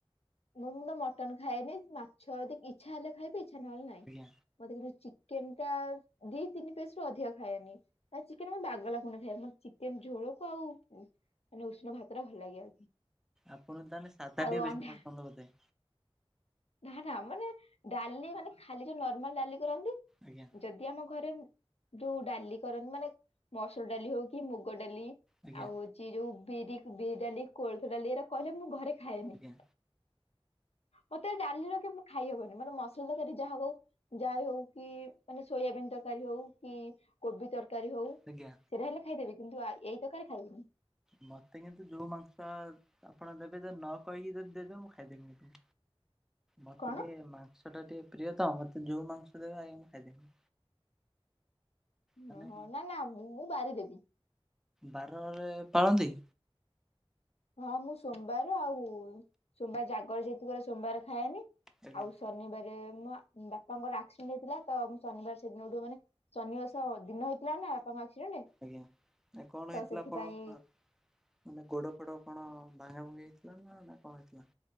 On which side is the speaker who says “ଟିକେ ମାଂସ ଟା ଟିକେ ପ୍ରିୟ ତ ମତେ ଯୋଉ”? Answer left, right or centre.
Centre